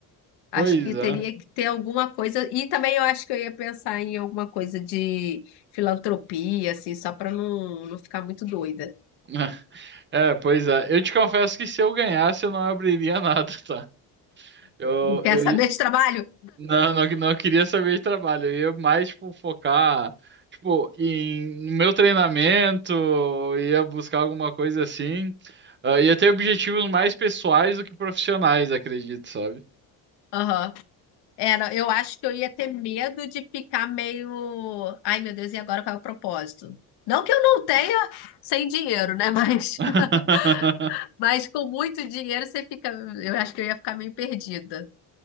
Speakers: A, on the left; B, on the right.
A: Acho
B: Pois
A: que
B: é.
A: teria que ter alguma coisa. E também eu acho que eu ia pensar em alguma coisa de filantropia, assim, só para não, não ficar muito doida.
B: <laughs> É, pois é. Eu te confesso que se eu ganhasse, eu não abriria <laughs> nada, tá? Eu,
A: Quer
B: eu
A: saber de trabalho?
B: Não, não, não queria saber de trabalho. Eu ia mais, tipo, focar, tipo, em, no meu treinamento, ia buscar alguma coisa assim. Ah, ia ter objetivos mais pessoais do que profissionais, acredito, sabe?
A: Aham. Era, eu acho que eu ia ter medo de ficar meio. Ai, meu Deus, e agora qual é o propósito? Não que eu não tenha sem dinheiro, né? Mas,
B: <laughs>
A: <laughs> mas com muito dinheiro você fica. Eu acho que eu ia ficar meio perdida.